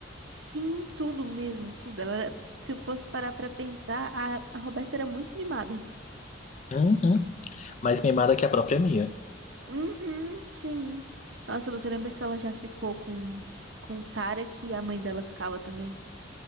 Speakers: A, on the right; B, on the left.
A: Sim, tudo mesmo, tudo. Ela era- Se eu fosse parar pra pensar, a, a Roberta era muito mimada.
B: Uhum. Mais mimada que a própria minha.
A: Uhum, sim. Nossa, você lembra que ela já ficou com, com um cara que a mãe dela ficava também?